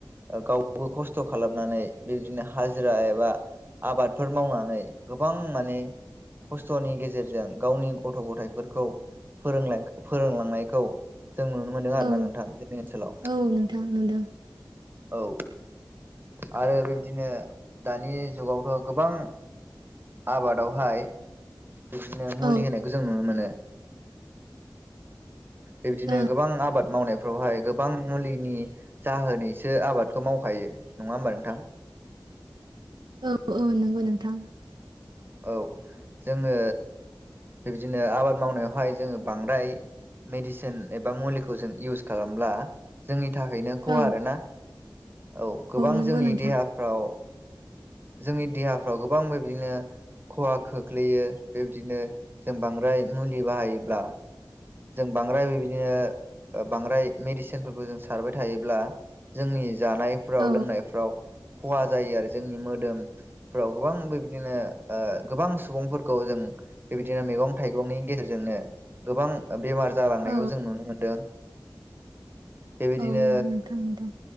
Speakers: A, on the right; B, on the right.
A: ओ गावबो खस्थ' खालामनानै बिबदिनो हाजिरा एबा आबादफोर मावनानै गोबां माने खस थनि गेजेरजों गावनि गथ' गथाइफोरखौ फोरों फोरोंलांनायखौ जों नुनो मोन्दों
B: औ
A: आरोना नोंथां जोंनि ओनसोलाव।
B: औ नोंथां नुदों
A: औ आरो बिबदिनो दानि जुगावथ' गोबां आबादावहाय बिदिनो
B: औ
A: मुलि होनायखौ जों नुनो मोनो। बिबदिनो
B: औ
A: गोबां आबाद मावनायफ्रावहाय गोबां मुलिनि जाहोनैसो आबादखौ मावखायो नङा होमबा नोंथां?
B: औ औ नंगौ नोंथां।
A: औ जोङो बिबदिनो आबाद मावनायावहाय जोङो बांद्राय मेडिसिन एबा मुलिखौ जों इउस खालामब्ला जोंनि थाखायनो खहा
B: औ
A: आरो ना औ गोबां
B: नंगौ
A: जोंनि
B: नोंथां
A: देहाफ्राव जोंनि देहाफ्राव गोबां बिबायदिनो खहा खोख्लैयो बिबदिनो जों बांद्राय मुलि बाहायोब्ला जों बांद्राय बेबायदिनो ओ बांद्राय मेडिसिनफोरखौ जों सारबाय थायोब्ला जोंनि जानायफ्राव
B: औ
A: लोंनायफ्राव खहा जायो आरो जोंनि मोदोमफ्राव गोबां बेबायदिनो ओ गोबां सुबुंफोरखौ जों बेबायदिनो मैगं थाइगंनि गेजेरजोंनो गोबां बेमार जालांनायखौ
B: औ
A: जों नुनो मोनदों। बेबायदिनो
B: औ नोंथां नुदों